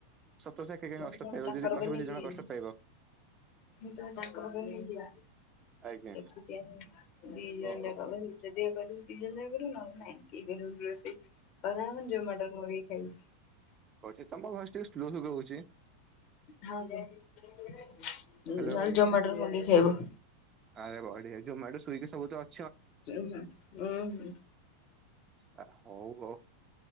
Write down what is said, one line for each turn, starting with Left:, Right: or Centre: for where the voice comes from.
Right: ସତକଥା କିଏ କାଇଁ
Left: ମତେ
Right: କଷ୍ଟ
Left: କଣ
Right: ପାଇବ
Left: ଚାକର
Right: ଯଦି କଷ୍ଟ
Left: କରିକି ନେଇକି
Right: ଦି ଜଣ କଷ୍ଟ
Left: ଆସିଛି,
Right: ପାଇବ
Left: ମୁତ କଣ ଚାକର କରିକି ନେଇକି ମୁଁ ତ ମୋ ଚାକର ପାଇଁ ନେଇକି ଆ
Right: ଆଜ୍ଞା
Left: ଏକୁଟିଆ, ଦି ଜଣ
Right: ଓହୋ
Left: ଯାକ କରିବୁ ଯଦି ଇଏ କରିବୁ ଦିଜଣ ଯାକ କରିବୁ ନହଲେ ନାଇଁ କି <inaudible> ରୋଷେଇ ନହେଲେ ଆମେ ଜୋମାଟୋ ରୁ ମଗେଇକି ଖାଇବୁ।
Right: ହୋଉଛି ତମ ଭଏସ ଟିକେ ସ୍ଲୋ ଶୁଭା ହୋଉଛି।
Left: <inaudible> ନହେଲେ
Right: ହ୍ୟାଲୋ।
Left: ଜୋମାଟୋରୁ ମଗେଇକି ଖାଇବୁ।
Right: ଆରେ ବଢିଆ ଜୋମାଟୋ ସ୍ଵିଗି ସବୁ ତ ଅ
Left: <inaudible>
Right: ଆ ହଉ ଆଉ